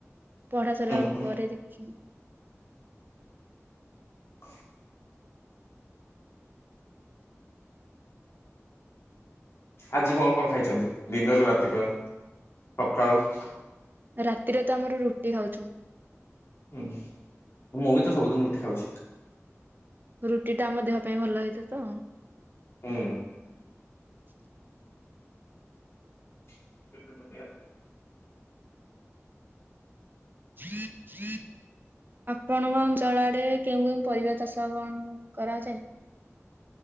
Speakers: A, on the right; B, on the left.
A: ପଢା ସରିଲା
B: ହୁଁ ହୁଁ
A: ପରେ ଦେଖିବି।
B: <inaudible> ଆଜି କଣ କଣ ଖାଇଛନ୍ତି ଦିନରୁ ରାତି ପର୍ଯ୍ୟନ୍ତ ସକାଳୁ?
A: ରାତିରେ ତ ଆମର ରୁଟି ଖାଉଛୁ।
B: ହୁଁ ହୁଁ ମୁଁ ବି ତ ସବୁଦିନ ରୁଟି ଖାଉଛି।
A: ରୁଟି ଟା ଆମ ଦେହ ପାଇଁ ଭଲ ହେଇଥାଏ ତ।
B: ହୁଁ।
A: <inaudible>
B: <inaudible>
A: <unintelligible> ଆପଣଙ୍କ ଅଞ୍ଚଳରେ କେଉଁ କେଉଁ ପରିବା ଚାଷ କଣ କରାଯାଏ?